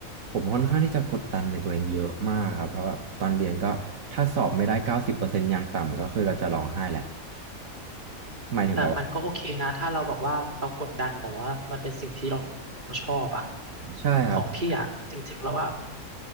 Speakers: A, on the right; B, on the right.
A: ผมค่อนข้างที่จะกดดันในตัวเองเยอะมากครับเพราะว่าตอนเรียนก็ถ้าสอบไม่ได้เก้าสิบเปอร์เซ็นต์อย่างต่ำก็คือเราจะร้องไห้แหละหมายถึงแบบว่า
B: แต่มันก็โอเคนะถ้าเราบอกว่าเรากดดันแต่ว่ามันเป็นสิ่งที่เราเราชอบอะ
A: ใช่ครับ
B: ของพี่อะจริงๆแล้วอะ